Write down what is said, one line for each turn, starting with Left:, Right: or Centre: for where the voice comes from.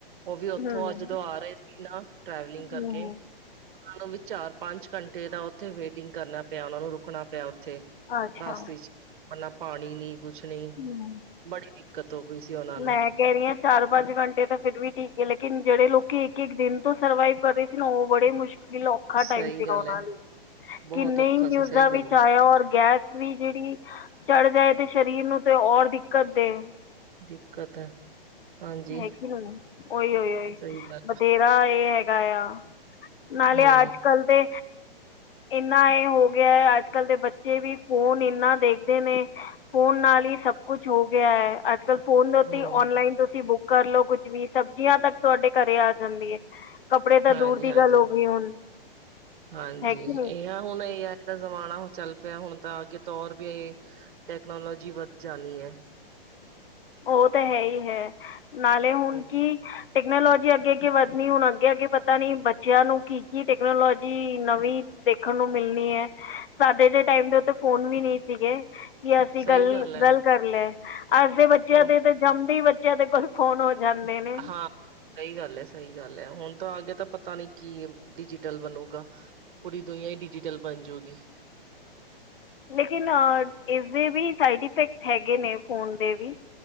Right: ਉਹ ਵੀ ਉੱਥੋਂ
Left: ਹੂੰ
Right: ਅੱਜ ਜਦੋ ਆ ਰਹੇ ਸੀ, ਨਾ ਟਰੈਵਲਿੰਗ ਕਰਕੇ।
Left: ਹੂੰ
Right: ਉਹ ਨੂੰ ਵੀ ਚਾਰ ਪੰਜ ਘੰਟੇ ਦਾ ਉੱਥੇ ਵੇਟਿੰਗ ਕਰਨਾ ਪਿਆ, ਉਹਨਾਂ ਨੂੰ ਰੁਕਣਾ ਪਿਆ। ਇਥੇ
Left: ਅੱਛਾ
Right: ਰਸਤੇ ਚ ਹੀ ਬੰਨਾ ਪਾਣੀ ਨੀ ਕੁਛ ਨੀ,
Left: ਹੂੰ
Right: ਬੜੀ ਦਿੱਕਤ ਹੋ ਗਈ ਸੀ ਉਹਨਾਂ ਨੂੰ
Left: ਮੈਂ ਕਹਿ ਰਹੀ ਹਾਂ ਚਾਰ ਪੰਜ ਘੰਟੇ ਤਾਂ ਫੇਰ ਵੀ ਠੀਕ ਹੈ, ਲੇਕਿਨ ਜਿਹੜੇ ਲੋਕੀ ਕਿ ਇੱਕ ਦਿਨ ਤੋਂ ਸਰਵਾਈਵ ਕਰ ਰਹੀ ਸੀ, ਨਾ ਉਹ ਬੜੇ ਮੁਸ਼ਕਿਲ ਔਖਾ
Right: ਸਹੀ
Left: ਟਾਈਮ ਸੀਗਾ
Right: ਗੱਲ
Left: ਉਹਨਾਂ
Right: ਹੈ
Left: ਲਈ,
Right: ਬਹੁਤ
Left: ਕਿੰਨੇ
Right: ਔਖਾ
Left: ਹੀ
Right: ਸੀ
Left: ਉਹਾਂ
Right: ਸਹੀ
Left: ਵਿੱਚ
Right: ਗੱਲ ਹੈ
Left: ਆਇਆ ਔਰ ਗੈਸ ਵੀ ਜਿਹੜੀ, ਚੜ੍ਹ ਜਾਏ ਤੇ ਸਰੀਰ ਨੂੰ ਤੇ ਔਰ ਦਿੱਕਤ ਦੇ,
Right: ਦਿੱਕਤ ਹੈ। ਹਾਂਜੀ
Left: ਹੈਗੀ ਉਹੀ-ਓਹੀ-ਓਹੀ
Right: ਸਹੀ ਗੱਲ
Left: ਵਥੇਰਾ ਇਹ ਹੈਗਾ ਆ। ਨਾਲੇ
Right: ਹਮ
Left: ਅੱਜ-ਕੱਲ ਦੇ, ਇੰਨਾ ਇਹ ਹੋ ਗਿਆ ਅੱਜ-ਕੱਲ ਦੇ ਬੱਚੇ ਵੀ ਫੋਨ ਇੰਨਾ ਦੇਖਦੇ ਨੇ, ਫੋਨ ਨਾਲ ਹੀ ਸਭ ਕੁਛ ਹੋ ਗਿਆ ਹੈ, ਅੱਜ-ਕੱਲ ਫੋਨ ਉੱਤੇ
Right: ਹਮ
Left: ਔਨਲਾਈਨ ਤੋਂ, ਤੁਸੀਂ ਬੁੱਕ ਕਰਲੋ, ਕੁੱਝ ਵੀ ਸਬਜ਼ੀਆਂ ਤੱਕ ਤੁਹਾਡੇ ਘਰੇ ਆ ਜਾਂਦੀ ਹੈ। ਕੱਪੜੇ ਤਾਂ
Right: ਹਾਂਜੀ
Left: ਦੂਰ ਦੀ
Right: ਹਾਂਜੀ
Left: ਗੱਲ ਹੋ ਗਈ ਹੁਣ,
Right: ਹਾਂਜੀ
Left: ਹੈ ਕਿ ਨਹੀਂ
Right: ਇਹ ਹੁਣ ਇਹ ਆ, ਜ਼ਮਾਨਾ ਚੱਲ ਪਿਆ ਹੁਣ ਤਾਂ ਅੱਗੇ ਤਾਂ ਹੋਰ ਵੀ ਟੈਕਨੋਲੋਜੀ ਵ ਜਾਣੀ ਹੈ,
Left: ਉਹ ਤਾਂ ਹੈ ਹੀ ਹੈ ਨਾਲੇ ਹੁਣ
Right: ਹਮ
Left: ਕੀ, ਟੈਕਨੋਲੋਜੀ ਅੱਗੇ-ਅੱਗੇ ਵੱਧਣੀ ਹੁਣ ਅੱਗੇ ਅੱਗੇ ਪਤਾ ਨੀ ਬੱਚਿਆਂ ਨੂੰ ਕੀ-ਕੀ ਟੈਕਨੋਲੋਜੀ ਨਵੀਂ, ਦੇਖਣ ਨੂੰ ਮਿਲਣੀ ਹੈ ਸਾਦੇ ਦੇ ਟਾਈਮ ਦੇ ਉੱਤੇ ਫੋਨ ਵੀ ਨਹੀਂ ਸੀਗੇ। ਕਿ ਅਸੀਂ
Right: ਸਹੀ
Left: ਗੱਲ
Right: ਹੈ
Left: ਗੱਲ ਕਰ ਲਏ ਅਜ ਦੇ ਬੱਚਿਆਂ
Right: ਉਹ
Left: ਦੇ ਤੇ ਜੰਮਦੇ ਬੱਚਿਆਂ ਦੇ ਕੋਲ ਫੋਨ ਹੋ, ਜਾਂਦੇ ਨੇ
Right: ਹਾਂ ਸਹੀ ਗੱਲ ਹੈ। ਸਹੀ ਗੱਲ ਹੈ ਹੁਣ ਤਾਂ ਅੱਗੇ ਤਾਂ ਪਤਾ ਨੀ ਕੀ ਡਿਜੀਟਲ ਬਣੂਗਾ ਪੂਰੀ ਦੁਨੀਆਂ ਹੀ ਡਿਜੀਟਲ ਬ ਬਣਜੁਗੀ।
Left: <unintelligible> ਲੇਕਿਨ ਇਸਦੇ ਵੀ ਸਾਈਡ ਇਫੈਕਟ ਹੈਗੇ ਨੇ ਫੋਨ ਦੇ ਵੀ,